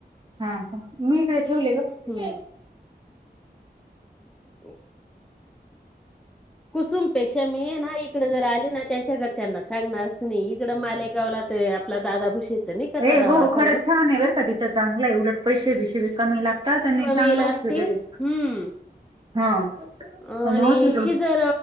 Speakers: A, on the right; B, in the centre.
A: हा का, मी इकडे ठेवलेलेच,
B: हम्म
A: दे.
B: <inaudible> कुसुमपेक्षा मी ये ना इकडे जर आली ना त्यांच्या घरच्यांना सांगणार च, नही इकडं मालेगावला ते आपला दादा भुषेच नाही का
A: ए
B: दवाखाना
A: हो खरंच छान आहे बरं का तिथं चांगलं आहे उलट पैसे बिशे बी कमी लागतात आणि
B: कमी
A: चांगलं
B: लागतील,
A: हॉस्पिटल आहे.
B: हम्म
A: हा आणि
B: आणि
A: <unintelligible>
B: शिजर